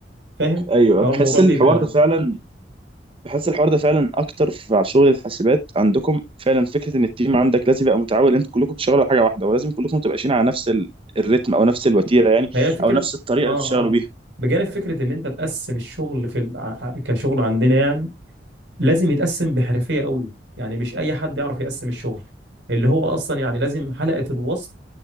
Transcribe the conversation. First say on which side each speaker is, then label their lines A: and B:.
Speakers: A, on the right (about 80°); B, on the right (about 30°).
A: فاهم
B: ايوه
A: فهو
B: بحس
A: الموضوع بيبقى
B: ان الحوار ده فعلا بحس الحوار ده فعلا اكتر في على شغل الحاسبات عندكم فعلا فكره ان التيم عندك لازم يبقى متعاون انتوا كلكم بتشتغلوا على حاجه واحده ولازم كلكم تبقى ماشيين على نفس ال- الريتم او نفس الوتيره يعني
A: هي فكرة
B: او نفس الطريقه
A: اه
B: اللي بتشتغلوا
A: اه
B: بيها
A: بجانب فكرة ان انت تقسم الشغل في ال... ع- ع- كشغل عندنا يعني لازم يتقسم بحرفية قوي يعني مش اي حد يعرف يقسم الشغل اللي هو اصلا يعني لازم حلقة الوصل